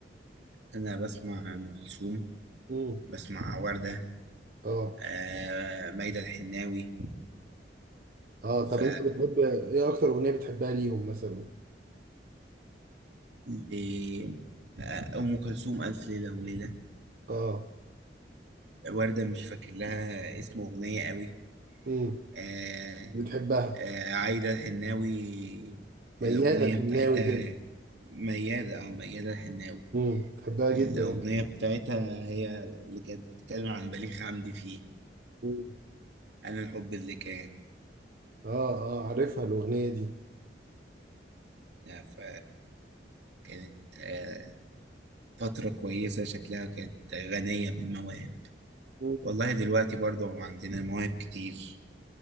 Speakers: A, on the right; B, on the right.
A: انا بسمع ام كلثوم
B: امم
A: بسمع وردة
B: اه
A: آه ميادة الحناوي
B: اه
A: ف
B: طب انت بتحب ايه اكتر اغنيه بتحبها ليهم مثلا
A: ل- آه، ام كلثوم الف ليلة وليلة
B: اه
A: وردة مش فاكر لها اسم اغنية قوي
B: امم
A: آه
B: بتحبها
A: آه عايدة الحناوي
B: ميادة
A: الاغنية
B: الحناوي
A: بتاعتها
B: تقصد
A: ميادة او ميادة الحناوي
B: امم بتحبها
A: الاغنية
B: جدا انت
A: بتاعتها هي اللي كانت بتتكلم عن بليغ حمدي فيه
B: مم.
A: انا الحب اللي كان
B: اه اه عارفها الاغنيه
A: آه، ف كانت آه، فترة كويسة شكلها كانت غنية بالمواهب
B: دي
A: والله دلوقتي برضو عندنا مواهب كتير